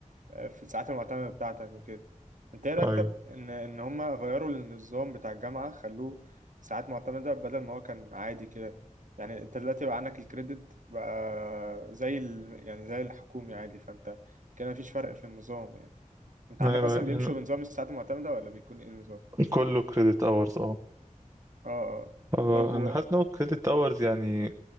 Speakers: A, on the right (about 70°); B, on the right (about 25°).
A: آه، في الساعات المعتمدة بتاعتك وكده انت ايه رأيك
B: أيوه
A: طب ان ان هما غيروا النظام بتاع الجامعة خلوه ساعات معتمدة بدل ما هو كان عادي كده يعني انت دلوقتي بقى عندك الكريدت بقى زي ال... يعني زي الحكومي عادي فانت كده مفيش فرق في النظام يعني انت
B: ما
A: عندك اصلا بيمشوا
B: هي
A: بنظام الساعات المعتمدة ولا بيكون ايه النظام
B: كله كريدت اورز اه
A: اه اه
B: آه،
A: طب و...
B: انا حاسس ان هو كريدت اورز يعني